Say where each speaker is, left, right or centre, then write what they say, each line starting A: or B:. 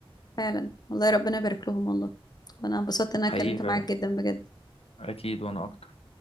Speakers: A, on the left (about 45°); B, on the left (about 85°).
A: فعلا والله ربنا يبارك لهم والله وانا انبسطت ان انا
B: حقيقي
A: اتكلمت
B: فعلا
A: معاك جدا بجد
B: أكيد وأنا أكتر